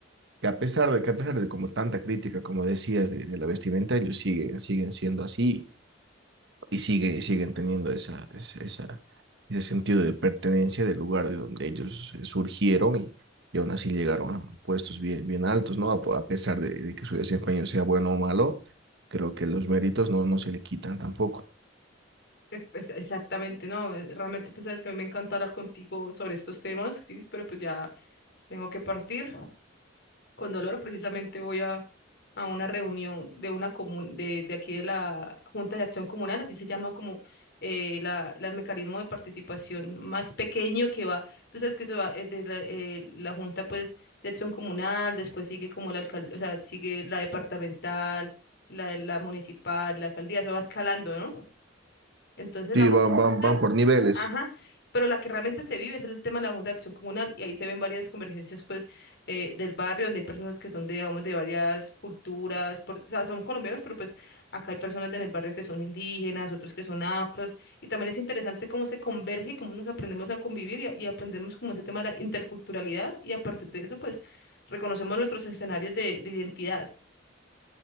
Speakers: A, on the right; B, on the left.
A: que a pesar de que a pesar de como tanta crítica, como decías, de, de la vestimenta, ellos siguen, siguen siendo así y sigue, y siguen teniendo esa, ese- esa, ese sentido de pertenencia del lugar de donde ellos eh, surgieron y, y aún así llegaron a puestos bien, bien altos, ¿no? A, a pesar de, de que su desempeño sea bueno o malo, creo que los méritos no, no se le quitan tampoco.
B: Eh, Pues exactamente, no, eh, realmente tú sabes que a mí me encanta hablar contigo sobre estos temas, Cris, pero pues ya tengo que partir. Con dolor, precisamente voy a, a una reunión de una comun de, de aquí de la Junta de Acción Comunal, así se llama como eh, la, la- el mecanismo de participación más pequeño que va, tú sabes que eso va eh, de la, eh, la Junta pues de Acción Comunal, después sigue como la alcaldía, o sea, sigue la departamental, la, la municipal, la alcaldía, eso va escalando, ¿no? Entonces
A: Sí,
B: la más
A: van,
B: chiquita,
A: van, van por niveles.
B: ajá, pero la que realmente se vive es el tema de la Junta de Acción Comunal y ahí se ven varias convergencias pues eh, del barrio donde hay personas que son de, digamos, de varias culturas, por- o sea, son colombianos, pero pues acá hay personas en el barrio que son indígenas, otros que son afros y también es interesante cómo se converge y cómo nos aprendemos a convivir y, a- y aprendemos como ese tema de la interculturalidad y a partir de eso pues reconocemos nuestros escenarios de, de identidad.